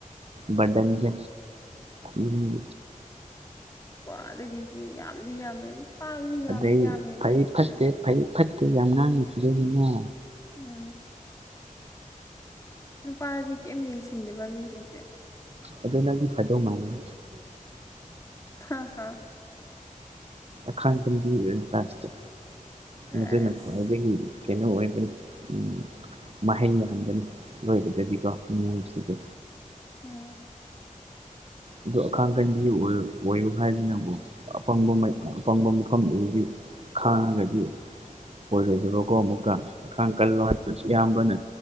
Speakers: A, on the right (about 50°); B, on the left (about 20°).
A: ꯕꯔꯗꯟꯁꯦ ꯎꯝ
B: ꯋꯥꯗꯒꯤꯗꯤ ꯌꯥꯝꯗꯤ ꯌꯥꯝꯃꯦ ꯄꯥꯡꯗꯤ ꯌꯥꯝꯗꯤ
A: ꯑꯗꯩ
B: ꯌꯥꯝꯃꯦ ꯑꯗꯨ
A: ꯐꯩ
B: ꯑꯣꯏꯔꯁꯨ
A: ꯐꯠꯇꯦ ꯐꯩ ꯐꯠꯇꯦ ꯌꯥꯝ ꯉꯡꯉꯤ ꯅꯣ
B: ꯎꯝ ꯅꯨꯄꯥꯗꯤ ꯀꯦꯝ ꯌꯦꯡꯁꯤꯟꯗꯦꯕ ꯃꯤꯁꯤꯡꯁꯦ
A: ꯑꯗꯣ ꯅꯪꯗꯤ ꯐꯗꯧ ꯃꯥꯥꯟꯂꯦ
B: ꯍꯥ ꯍꯥ
A: ꯑꯈꯥꯡꯀꯟꯕꯤ ꯑꯣꯏꯔꯅꯤ ꯂꯁꯇꯥ
B: ꯑꯁ
A: ꯃꯗꯨꯅ ꯈ꯭ꯋꯥꯏꯗꯒꯤ ꯀꯩꯅꯣ ꯑꯣꯏꯕꯅꯤ ꯎꯝ ꯃꯍꯩꯕꯍꯟꯕꯅꯤ ꯂꯣꯏꯕꯗꯗꯤꯀꯣ ꯅꯨꯡꯉꯥꯏꯁꯤꯗꯤ
B: ꯎꯝ
A: ꯑꯗꯨ ꯑꯈꯥꯡꯀꯟꯕꯤ ꯑꯣꯏ ꯑꯣꯏꯌꯨ ꯍꯥꯏꯗꯅꯕꯨ ꯑꯄꯪꯕ ꯃꯩ ꯑꯄꯪꯕ ꯃꯐꯝ ꯈꯥꯡꯉꯒꯗꯤ ꯑꯣꯏꯔꯣꯏꯗꯕꯀꯣ ꯑꯃꯨꯛꯀꯥ ꯑꯥꯈꯥꯡ ꯀꯜꯂꯣ ꯍꯥꯏ ꯁꯨ ꯏꯌꯥꯝꯕꯅ